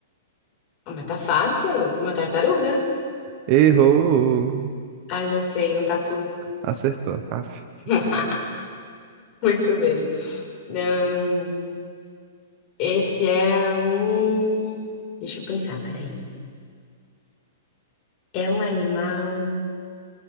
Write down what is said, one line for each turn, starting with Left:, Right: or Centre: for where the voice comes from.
Left: Ah, mas tá fácil. Uma tartaruga.
Right: Errou!
Left: Ah, já sei, um tatu.
Right: Acertou. Aff.
Left: <laughs> Muito bem. Hum, esse é um. Deixa eu pensar, peraí. É um animal